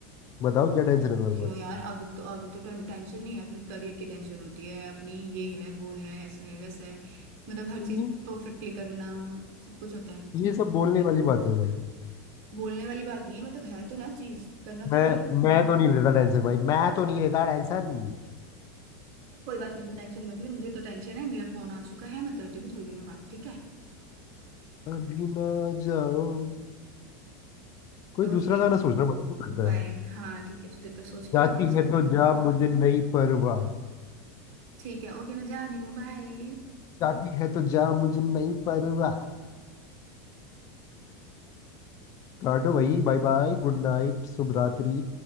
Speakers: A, on the left; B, on the right.
A: बताओ क्या टेंशन है तुम्हारे
B: क्यों
A: पास
B: यार अब तो अब तो टेंशन नहीं है अपनी करियर की टेंशन होती है अपनी ये है वो है ऐसा है वैसा है मतलब हर चीज
A: हम्म।
B: परफेक्टली करना सब कुछ होता है
A: ये सब बोलने वाली बातें हैं भाई
B: बोलने वाली बात नहीं है मतलब है तो ना चीज करना
A: मैं
B: तो है ही
A: मैं तो नहीं लेता टेंशन भाई मैं तो नहीं लेता टेंशन
B: कोई बात नहीं टेंशन मत ले मुझे तो टेंशन है मेरा फोन आ चुका है मैं करती हूँ भी थोड़ी देर में बात ठीक है
A: अभी ना जाओ कोई
B: Okay
A: दूसरा गाना सोचना पड़ेगा लगता
B: bye
A: है
B: हाँ ठीक है तू जब तक सोच के
A: जाती
B: रख मैं चलती
A: है तो
B: हूँ
A: जा मुझे नहीं परवाह
B: ठीक है ओके मैं जा रही हूँ बाय
A: जाती है तो जा मुझे नहीं परवाह काटो भाई बाय बाय गुड नाइट शुभ रात्रि